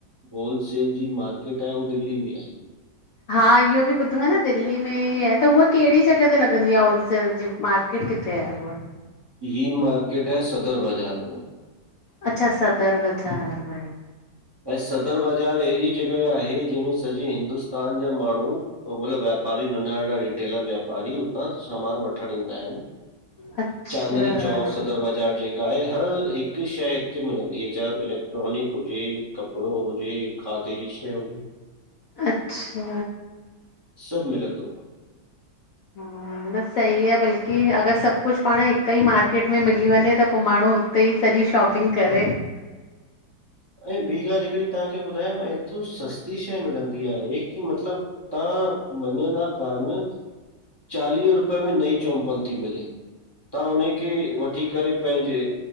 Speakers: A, on the right (about 20°); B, on the left (about 65°).
A: होलसेल जी मार्केट आहे हू दिल्ली में आहे।
B: हा, इहो बि ॿुधो आ न दिल्ली में ई आहे, त उहो कहिड़ी जॻह ते लॻंदी आ होलसेल जी मार्केट। <unintelligible> कथे आहे हूअ?
A: ही मार्केट आहे सदर बाज़ार में।
B: अच्छा, सदर बज़ार में।
A: ऐं सदर बाज़ारि अहिड़ी जॻहि आहे जंहिंमें सॼे हिंदुस्तान जा माण्हूं मतिलबु व्यापारी, नंढा नंढा रिटेलर वापारी उतां सामान वठण ईंदा आहिनि।
B: अच्छा
A: चांदनी चौक सदर बाज़ार जे हर, हिक शइ हिते मिलंदी आहे चाहे इलेक्ट्रॉनिक हुजे कपड़ो हुजे, खाधे जी शइयू
B: अच्छा।
A: सभु मिलंदो आ।
B: हा। न सही आ, बल्कि अगर सभु कुछु पाण हिक ई मार्केट में मिली वञे त पोइ माण्हूं त ई सॼी शॉपिंग करे।
A: ऐं बी ॻाल्हि हिकड़ी तांखे ॿुधायांव, ऐतिरो सस्ती शइ मिलंदी आहे, कि मतिलब तां मञंदा कान चालीहें रुपए में नई चौंम्पल ती मिले, तां उन खे वठी करे पंहिंजे